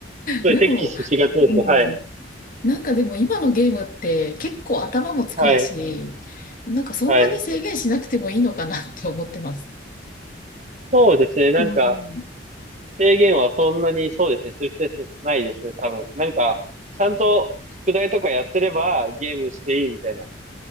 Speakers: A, on the right; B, on the left.
A: それ、
B: でも、
A: テキスがちですね。
B: うん、
A: はい。
B: なんかでも今のゲームって結構頭も使うし、
A: はい。
B: なんかそんなに制限しなくてもいいのかなって思ってます。
A: はい。そうですね。なんか、
B: うん、
A: 制限はそんなにそうですね、する必要ないですね、多分。なんか、ちゃんと宿題とかやってればゲームしていいみたいな。